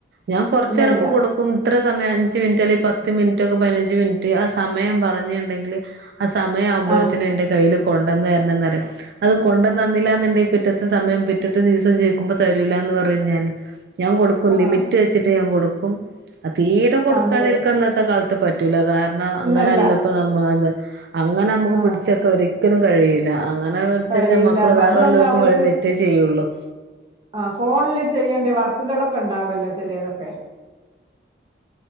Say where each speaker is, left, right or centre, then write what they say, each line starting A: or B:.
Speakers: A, on the right; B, on the right.
A: ഞാൻ കൊർച്ചേരൊക്കെ
B: ഇല്ലല്ല
A: കൊടു ക്കും ഇത്ര സമയം അഞ്ച് മിൻറ്റ് അല്ലെ പത്ത് മിൻറ്റ് ഒക്കെ പതിനഞ്ച് മിൻറ്റ് ആ സമയം പറഞ്ഞീണ്ടെങ്കില് ആ സമയം ആവുമ്പോയേത്ത്ന്
B: ആഹ്
A: എൻ്റെ കയ്യിൽ കൊണ്ടന്ന് തര്ണംന്ന് പറയും. അഹ് കൊണ്ടന്നന്നില്ലാന്ന്ണ്ടെ പിറ്റത്തെ സമയം പിറ്റത്തെ ദിവസം ചോയിക്കുമ്പം തരൂലാന്ന് പറയും ഞാന്. ഞാൻ കൊടുക്കും
B: ആഹ്
A: ലിമിറ്റ് വെച്ചിട്ട് ഞാൻ കൊടുക്കും അ തീരെ കൊടുക്കാതിരിക്കാ
B: അതെ
A: അന്നത്തെ കാല പറ്റൂല കാരണം അങ്ങനെയല്ല
B: ഇല്ലല്ല
A: പ്പ നമ്മള് അതെ അങ്ങനെ നന്മക്ക്
B: ആഹ്
A: പിടിച്ചൊക്കെ ഒരിക്കലും കഴിയി ല്ല അങ്ങനെ പിടിച്ചു
B: കഴിയില്ല
A: വച്ചാ മക്കള്
B: അപ്പ
A: വേറെല്ലോക്കും
B: അതും അല്ല ഓൽക്ക്
A: വഴി തെറ്റേ ചെയ്യുള്ളു.
B: ആ ഫോണില് ചെയ്യേണ്ട വർക്കുകളൊക്കെ ഉണ്ടാവല്ലോ ചെലേതൊക്കെ?